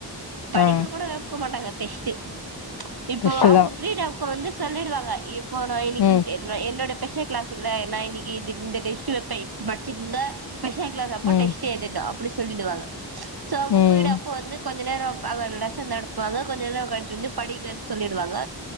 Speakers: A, on the right; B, on the left.
A: படிக்க
B: ஆ
A: கூட வெக்க மாட்டாங்க டெஸ்ட்டு இப்போ
B: ரெஸ்ட்டு
A: அவங்க
B: தா
A: பீரீடாவுக்க வந்து சொல்லிடுவாங்க இப் போன இன்னிக்கு
B: ம்
A: என்ன என்னோட ஸ்பெஷல் என்ன எனா இன்னைக்கு இந்த டெஸ்ட்டு வப்ப இப்ப பட்ச்கங்க ஸ்பெஷல் கிளாஸ் அப்போ
B: ம்
A: டெஸ்ட் எழுதனும் அப்படி சொல்லிடுவாங்க சோ அங்க
B: ம்
A: போய்ட அப்ப வந்து கொஞ்ச நேரம் அவர் லெசன் நடப்புவாங்க கொஞ்ச நேரம் கழிச்சு வந்து படிங்க சொல்லிடுவாங்க